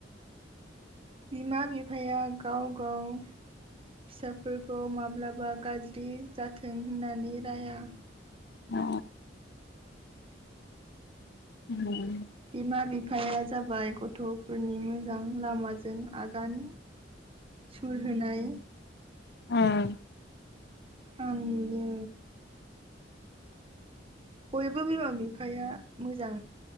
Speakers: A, on the right; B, on the left.
A: बिमा बिफाया गाव गाव फिसाफोरखौ माब्लाबा गाज्रि जाथों होननानै राया।
B: आ <unintelligible>
A: बिमा बिफाया जाबाय गथ'फोरनि मोजां लामाजों आगान सुर होनाय
B: उम
A: आं नुयो। बयबो बिमा बिफाया मोजां